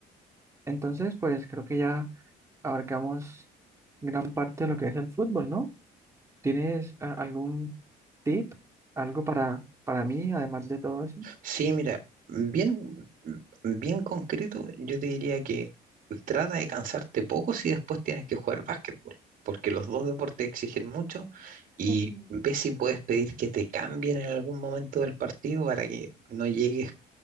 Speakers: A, on the right (about 15°); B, on the right (about 50°).
A: entonces, pues creo que ya abarcamos gran parte de lo que es el fútbol, ¿no? ¿Tienes a- algún tip, algo para, para mí, además de todo eso?
B: Sí, mira, bien, bien concreto, yo te diría que trata de cansarte poco si después tienes que jugar básquetbol, porque los dos deportes exigen mucho y
A: Mm.
B: ve si puedes pedir que te cambien en algún momento del partido para que no llegues